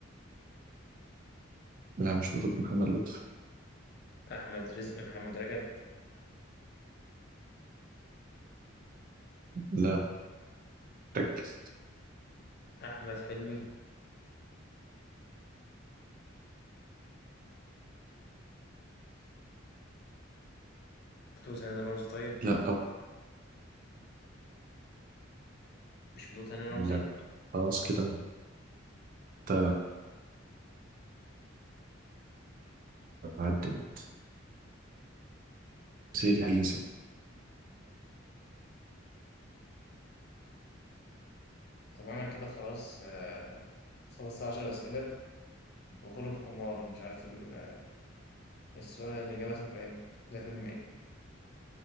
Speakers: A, on the right; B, on the left.
A: لا مش بطولة محمد لطفي
B: أحمد رزق محمد رجب
A: لا ركز
B: أحمد حلمي بطولة هاني رمزي طيب
A: لا
B: مش بطولة هاني رمزي
A: لا خلاص كده انت عديت سيدي حيزة
B: طب أنا كده خلاص آه، خلصت عشر أسئلة بغلب حمار مش عارف ال- السؤال الإجابة تبقى إيه ده فيلم إيه؟